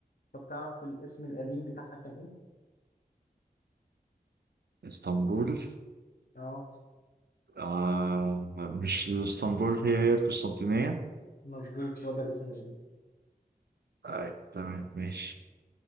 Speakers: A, on the left; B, on the right.
A: طب تعرف الاسم القديم بتاعها كان إيه؟
B: اسطنبول
A: أه
B: آه مش اسطنبول هي هي القسطنطينية
A: مظبوط هو ده الاسم القديم
B: طيب تمام ماشي